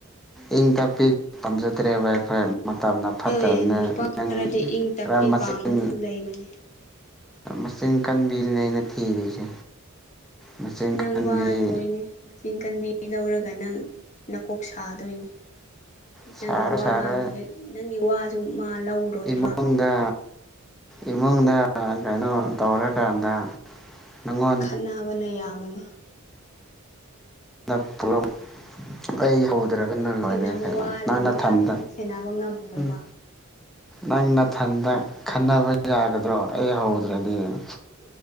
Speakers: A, in the centre; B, on the left.
A: ꯏꯪ ꯇꯞꯄꯤ ꯄꯥꯝꯖꯗ꯭ꯔꯦꯕ ꯑꯩꯈꯣꯏ ꯃꯇꯝꯅ ꯐꯠꯇꯕꯅ
B: ꯍꯣꯏ ꯅꯨꯄꯥ ꯈꯔꯗꯤ
A: ꯅꯪ
B: ꯏꯪ ꯇꯞꯄꯤ
A: ꯈꯔ ꯃꯆꯤꯟ
B: ꯄꯥꯝꯕꯁꯨ ꯂꯩꯕꯅꯦ
A: ꯃꯆꯤꯟ ꯀꯟꯕꯤꯔꯤꯅꯦ ꯑꯩꯅ ꯊꯤꯔꯤꯁꯦ ꯃꯆꯤꯟ
B: ꯅꯪ
A: ꯀꯟꯕꯤ
B: ꯋꯥꯗꯣꯏꯅꯦ ꯆꯤꯡ ꯀꯟꯕꯤ ꯂꯧꯔꯒ ꯅꯪ ꯅꯀꯣꯛ ꯁꯥꯗꯣꯏꯅꯤ
A: ꯁꯥꯔ
B: ꯅꯪꯅ
A: ꯁꯥꯔ
B: ꯋꯥ ꯉꯥꯡꯕ ꯍꯦꯛ ꯅꯪꯒꯤ ꯋꯥꯁꯨ ꯂꯧꯔꯣꯏꯕ
A: ꯏꯃꯨꯡꯗ ꯏꯃꯨꯡꯗ ꯀꯩꯅꯣ ꯇꯧꯔꯀꯥꯟꯗ ꯅꯪꯉꯣꯟꯗ
B: ꯈꯠꯕꯅ ꯌꯥꯝꯃꯅꯤ
A: ꯅꯠꯄꯨꯔꯝ ꯑꯩ ꯍꯧꯗ꯭ꯔꯒꯅ
B: ꯅꯪ ꯁꯦꯟꯅꯕ
A: ꯂꯣꯏꯔꯦ
B: ꯋꯥꯔꯅꯤ
A: ꯀꯩꯅꯣ ꯅꯪ ꯅꯊꯟꯗ
B: ꯍꯥꯏꯕ ꯅꯪ ꯁꯦꯟꯅꯕ ꯉꯝꯃꯣꯏꯕ
A: ꯎꯝ ꯅꯪ ꯅꯊꯟꯇ ꯈꯟꯅꯕ ꯌꯥꯒꯗ꯭ꯔꯣ ꯑꯩ ꯍꯧꯗ꯭ꯔꯗꯤ <unintelligible>